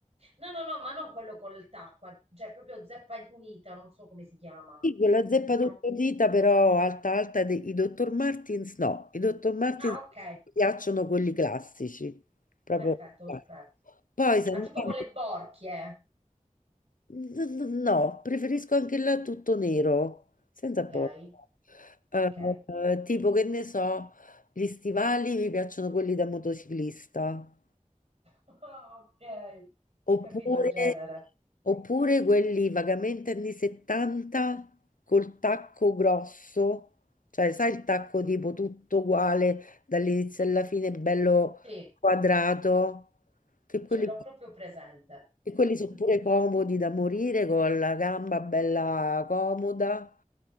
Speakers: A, on the right; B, on the left.
A: No, no, no, ma non quello col tacco, cioè proprio zeppa unita, non so come si chiama.
B: Sì, quella zeppa
A: Ci sono...
B: dita però alta alta, de- i Dr. Martins no, i Dr. Martins
A: Ah, ok,
B: mi piacciono quelli classici, proprio.
A: perfetto,
B: eh.
A: perfetto.
B: Poi se
A: Ma
B: andiamo
A: tipo quelle borchie, eh.
B: N- n- No, preferisco anche là tutto nero, senza porto.
A: ok? Ok.
B: Eh,
A: <laughs>
B: eh, tipo che ne so, gli stivali mi piacciono quelli da motociclista,
A: Ah, Ok,
B: oppure,
A: ho capito il genere.
B: oppure quelli vagamente anni 70 col tacco grosso, cioè sai il tacco tipo tutto uguale dall'inizio alla fine, bello
A: Sì,
B: quadrato, che
A: ce
B: quelli
A: l'ho proprio presente.
B: E
A: <laughs>
B: quelli sono pure comodi da morire con la gamba bella comoda,